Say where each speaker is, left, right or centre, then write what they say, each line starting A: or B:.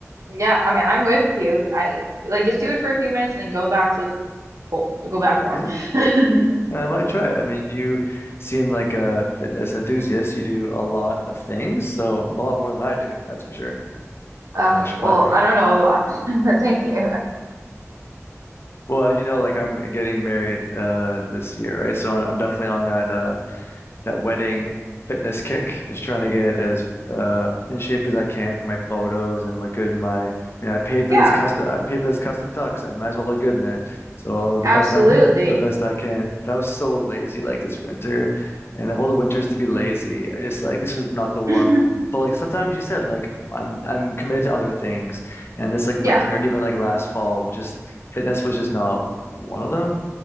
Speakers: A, on the right; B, on the left.
A: Yeah, I mean, I'm with you. I like just do it for a few minutes and then go back to the cold, go back warm.
B: Yeah,
A: <laughs>
B: I might try it. I mean, you seem like a fitness enthusiast. You do a lot of things, so a lot more than I do, that's for sure.
A: Uh,
B: So I should
A: well,
B: play.
A: I don't know about that, <laughs> but thank you.
B: Well, as you know, like I'm getting married uh this year, right? So I'm, I'm definitely on that uh that wedding fitness kick, just trying to get as uh, in shape as I can for my photos and look good in my. I mean, I paid
A: Yeah,
B: for this custom. I paid for this custom tux. I might as well look good in it. So the
A: absolutely.
B: best I, <laughs> the best I can. But I was so lazy like this winter, and of all the winters to be lazy, I just like this was not the one.
A: <laughs>
B: But like sometimes you said, like I'm I'm committed to other things, and this like
A: Yeah,
B: winter and even like last fall was just fitness was just not one of them,